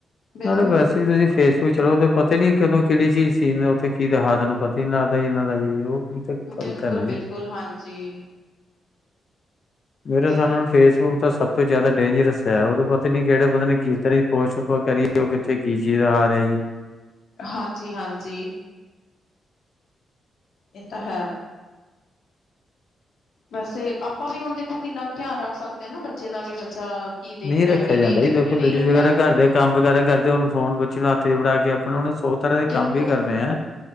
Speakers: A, on the left; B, on the left.
A: ਬਿਲਕੁਲ
B: ਨਾਲੇ ਵੈਸੇ ਵੀ ਤੁਸੀਂ ਫੇਸਬੁ ਚਲੋ ਪਤਾ ਹੀ ਨੀਂ ਕਦੋਂ ਕਿਹੜੀ ਚੀਜ਼ ਸੀਨ ਉੱਥੇ ਕੀ ਦਿਖਾ ਦੇਣ। ਪਤੀ ਨਾ ਦਾ ਨਾਂ ਦਾ ਉਹ ਵੀ ਤਾਂ ਗ਼ਲਤ
A: ਬਿਲਕੁਲ
B: ਹੈ ਨਾ ਜੀ।
A: ਬਿਲਕੁਲ, ਹਾਂਜੀ।
B: ਮੇਰਾ
A: ਤੇ
B: ਸਾਨੂੰ ਨਾਲ ਫੇਸਬੁੱਕ ਦਾ ਸਭ ਤੋਂ ਜ਼ਿਆਦਾ ਡੇਂਜਰਸ ਐ, ਓਦੋਂ ਪਤਾ ਨੀਂ ਕਿਹੜੇ ਬੰਦੇ ਨੇ ਕਿਸ ਤਰਾਂ ਪੋਸਟ ਕਰੀਂ। ਉੱਥੇ ਕੀ ਚੀਜ ਆ ਰਿਹਾ ਜੀ।
A: <inaudible> ਹਾਂਜੀ ਹਾਂਜੀ। ਇਹ ਤਾਂ ਹੈ। ਵੈਸੇ ਆਪਾਂ ਵੀ ਹੁਣ ਦੇਖੋ ਕਿੰਨਾ ਕੁ ਧਿਆਨ ਰੱਖ ਸਕਦੇ ਆਂ ਨਾ ਬੱਚੇ ਦਾ ਵੀ ਬੱਚਾ ਕੀ ਦੇਖ
B: ਨਈਂ
A: ਰਿਹਾ
B: ਰੱਖਿਆ
A: ਕੀ ਨਹੀਂ
B: ਜਾਂਦਾ
A: ਦੇਖ
B: ਜੀ, ਦੇਖੋ
A: ਰਿਹਾ ਨਹੀਂ
B: ਲੇਡੀਜ਼
A: ਰੱਖਿਆ
B: ਵਗੈਰਾ
A: ਜਾਂਦਾ
B: ਘਰਦੇ ਕੰਮ ਵਗੈਰਾ ਕਰਦੇ ਅ ਫੋਨ ਬੱਚੇ ਨੂੰ ਹੱਥ ਚ ਫੜਾ ਕੇ ਆਪਣਾ ਸੌ ਤਰ੍ਹਾਂ ਦੇ
A: ਬਿਲਕੁਲ
B: ਕੰਮ ਵੀ ਕਰਣੇ ਐ।